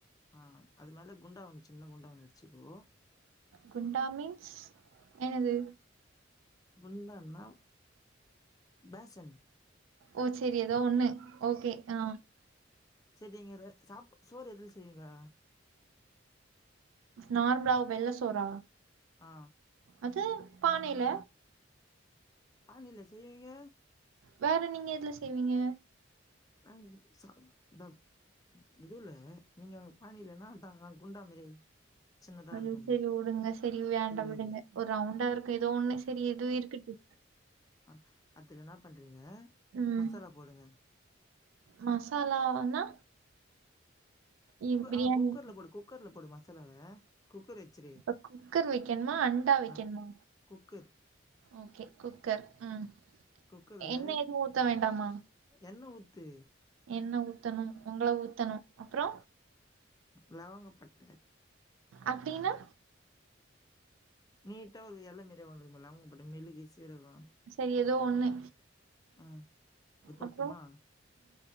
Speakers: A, on the left; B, on the right.
A: ஆ அது மேல குண்டாவொன்னு சின்ன குண்டாவொன்னு வெச்சுக்கோ
B: குண்டாமின்ஸ் என்னது
A: குண்டான்னா பேசன்
B: ஓ செரி ஏதோ ஒன்னு ஓகே ஆ
A: செரிங்க சாப் சோறு எதுல செய்வீங்கோ
B: நார்மலா வெள்ள சோறா
A: ஆ
B: அது பானைல
A: ஆனில செய்விங்க
B: வேற நீங்க எதுல செய்வீங்க
A: ம் ச தம் இது உல்ல நீங்க ஆங்க பாணி இல்லன்னா குண்டா மாரி சின்னதா
B: அ
A: இருக்குமே
B: சரி விடுங்க சரி வேண்டா
A: சில்வர்ல
B: விடுங்க ஒரு ரவுண்டா இருக்கு ஏதோ ஒன்னு சரி எதுவும் இருக்கட்டு
A: அ அதுல என்ன பண்றீங்க
B: ம்
A: மசாலா போடுங்க
B: மசாலானா
A: குக்க
B: இ- பிரியாணி
A: ஆ குக்கர்ல போடு குக்கர்ல போடு மசாலாவ குக்கர் வச்சிரு
B: இப்ப குக்கர் வைக்கணுமா அண்டா வைக்கணுமா
A: ஆ குக்கர்
B: ஓகே குக்கர் ம்
A: குக்கர்ல
B: என்ன எது ஊத்த வேண்டாமா
A: எண்ணெ ஊத்து
B: என்ன ஊ த்தணும் உங்கள ஊத்தணும் அப்ரோ
A: லவங்கப்பட்டு
B: அப்படின்னா
A: நீட்டா ஒரு ஏழ மாரி ஒன்னு இருக்குல லவங்க பட்ட மெழுகு சி சீரக
B: சரி ஏதோ ஒண்ணு
A: ம் அது போட்டுமா
B: அப்றோ